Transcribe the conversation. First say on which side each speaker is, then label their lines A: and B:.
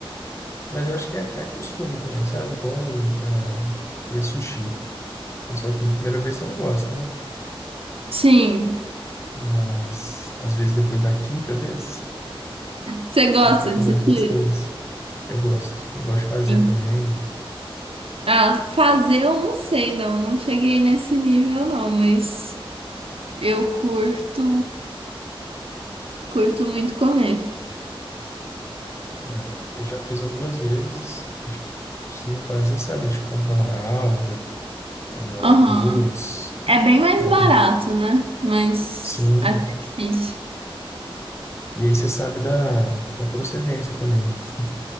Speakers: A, on the left; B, on the right.
A: mas eu acho que é, é costume também, sabe? Igual é, comer sushi. Quando você vai comer a primeira vez, você não gosta, né?
B: Sim.
A: Mas às vezes depois da quinta vez,
B: Você gosta
A: né, fica
B: de
A: mais
B: sushi?
A: gostoso. Eu gosto. Eu gosto de fazer
B: Sim.
A: também.
B: Ah, fazer eu não sei, não. Não cheguei nesse nível, não, mas eu curto. Curto muito comer.
A: É, eu já fiz algumas vezes. A gente costuma fazer, sabe? A gente compra lá alga, é, o
B: Aham.
A: arroz,
B: É bem mais
A: aí
B: barato,
A: tem-
B: né? Mas
A: sim.
B: acho difícil.
A: E aí você sabe da, da procedência também <laughs>